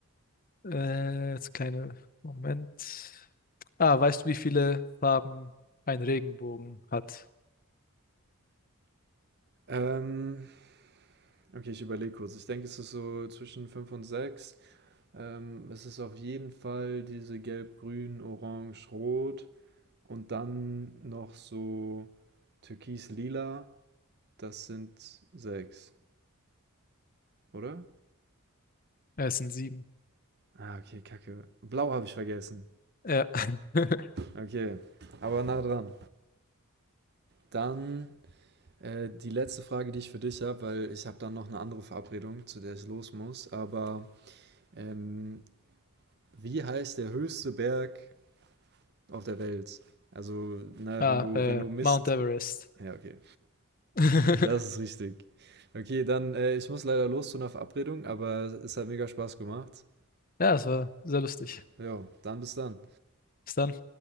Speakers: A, on the left (about 40°); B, on the right (about 50°).
A: Äh, jetzt kleine Moment. Ah, weißt du, wie viele Farben ein Regenbogen hat?
B: Ähm, Okay, ich überlege kurz. Ich denke, es ist so zwischen 5 und 6. Ähm, es ist auf jeden Fall diese Gelb, Grün, Orange, Rot und dann noch so Türkis, Lila. Das sind 6, oder?
A: Äh, Es sind sieben.
B: Ah, okay, Kacke. Blau habe ich vergessen.
A: Ja. <laughs>
B: Okay, aber nah dran. Dann äh, die letzte Frage, die ich für dich habe, weil ich habe dann noch eine andere Verabredung, zu der ich los muss. Aber ähm, wie heißt der höchste Berg auf der Welt. Also, na,
A: Ah,
B: wenn du,
A: äh,
B: wenn du Mist.
A: Mount Everest.
B: Ja, okay.
A: <laughs>
B: Das ist richtig. Okay, dann, äh, ich muss leider los zu einer Verabredung, aber es hat mega Spaß gemacht.
A: Ja, es war sehr lustig.
B: Ja, dann bis dann.
A: Bis dann.